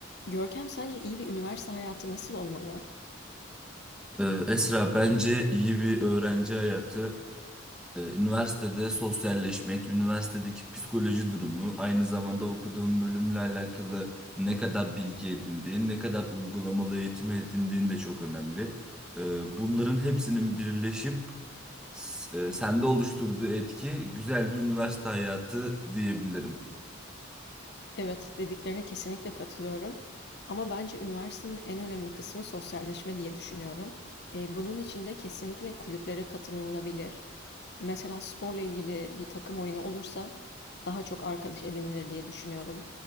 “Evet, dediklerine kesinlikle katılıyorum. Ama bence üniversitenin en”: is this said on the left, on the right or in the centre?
Left